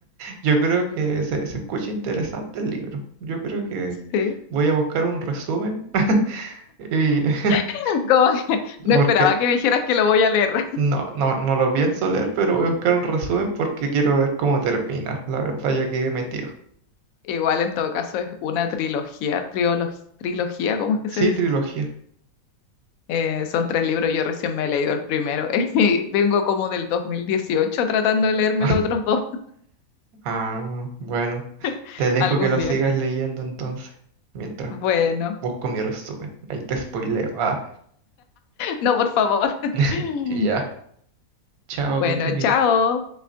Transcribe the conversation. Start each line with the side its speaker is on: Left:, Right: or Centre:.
Right: Yo creo que se, se escucha interesante el libro. Yo creo que
Left: Sí,
Right: voy a buscar un resumen <laughs> y <laughs>
Left: <laughs> como que
Right: porque
Left: no esperaba que dijeras que lo voy a leer. <laughs>
Right: No, no, no lo pienso leer, pero voy a buscar un resumen porque quiero ver cómo termina. La verdad, ya quedé metido.
Left: Igual en todo caso es una trilogía, triolog- trilogía, ¿cómo es que
Right: Sí,
Left: se dice?
Right: trilogía.
Left: Eh, son tres libros, yo recién me he leído el primero <laughs> y vengo como del 2018 tratando de leerme
Right: <laughs>
Left: los otros dos
Right: Ah, bueno,
Left: <laughs>
Right: te dejo
Left: algún
Right: que lo
Left: día.
Right: sigas leyendo entonces, mientras
Left: Bueno.
Right: busco mi resumen. Ahí te spoileo. Ah,
Left: No, por favor. <laughs>
Right: <laughs> ya. Chao,
Left: Bueno,
Right: que estés
Left: chao.
Right: bien.